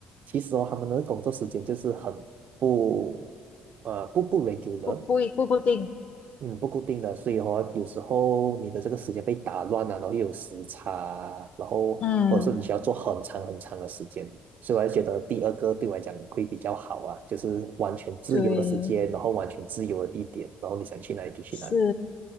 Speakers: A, on the right; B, on the left.
A: 其实哦，他们的工作时间就是很不呃不不 regular。
B: 不不一不固定。
A: 嗯，不固定的，所以哦，有时候你的这个时间被打乱了，然后又有时差，然后或者是你需要做很长很长的时间，
B: 嗯，
A: 所以我还觉得第二个对我来讲会比较好啊，就是完全自由的时间，
B: 对，
A: 然后完全自由的地点，然后你想去哪里就去哪里。
B: 是，